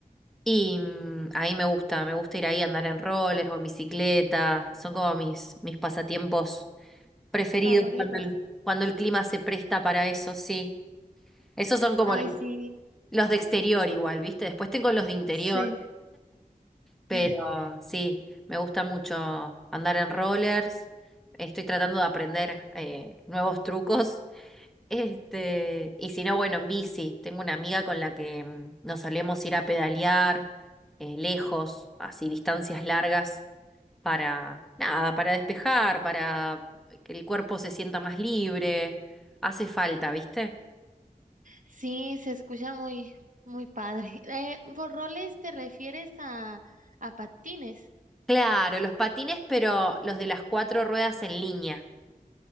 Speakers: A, in the centre; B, on the right (about 60°).
A: Y mm, ahí me gusta, me gusta ir ahí a andar en rollers o en bicicleta. Son como mis, mis pasatiempos preferidos
B: favoritos.
A: cuando el, cuando el clima se presta para eso, sí. Esos son como
B: Ay, sí,
A: los de exterior igual, ¿viste? Después tengo los de interior,
B: sí,
A: pero
B: <laughs>
A: sí, me gusta mucho andar en rollers. Estoy tratando de aprender eh, nuevos trucos. Este, y si no, bueno, en bici. Tengo una amiga con la que mm, nos solemos ir a pedalear eh, lejos, así distancias largas, para nada, para despejar, para que el cuerpo se sienta más libre. Hace falta, ¿viste?
B: sí, se escucha muy, muy padre. Eh, ¿por roles te refieres a, a patines?
A: Claro, los patines, pero los de las cuatro ruedas en línea.